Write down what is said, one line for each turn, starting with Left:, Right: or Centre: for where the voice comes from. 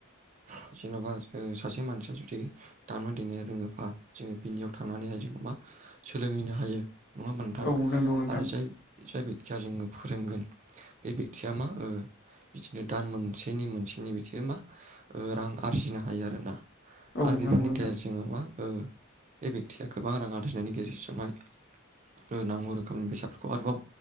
Right: हो जेन'बा सासे मानसिया जुदि दामना देनो रोङोबा जोङो बिनियाव थांनानैहाय जोङो मा सोलोंहैनो हायो। नङा होमबा नोंथां
Left: औ नंगौ नोंथां
Right: आरो जाय-जाय बेक जाजोंनो फोरोंगोन बे बेखथिया मा ओ बिदिनो दान मोनसेनि मोनसेनि बिथिया मा ओ रां आरजिनो हायो आरोना।
Left: औ
Right: आरो बेफोरनि
Left: नंगौ नोंथां
Right: गेजेरजों मा ओ बे बेक्थिया गोबां राङा जिनायनि गेजेरजोंहाय ओ नांगौ रोखोमनि बेसादफोरखौ आरोबाव